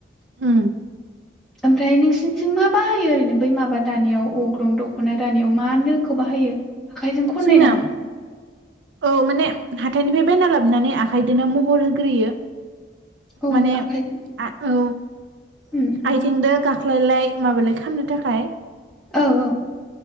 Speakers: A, on the right; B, in the centre.
A: उम
B: ओमफ्राय नों बिंथिं मा बाहायो ओरैनो बै माबा। दानियाव अग्रं दख'ना दानायाव मा नोखौ बाहायो? आखाइजों खननाय
A: जोंना
B: नामा?
A: औ माने हाथायनि बायना लाबनानै आखाइजोंनो महर होग्रोयो।
B: औ
A: माने
B: आखाइजों
A: आ औ
B: उम उम
A: आथिंजों गा ख्लायलाय माबालाय खालामनो थाखाय।
B: औ औ।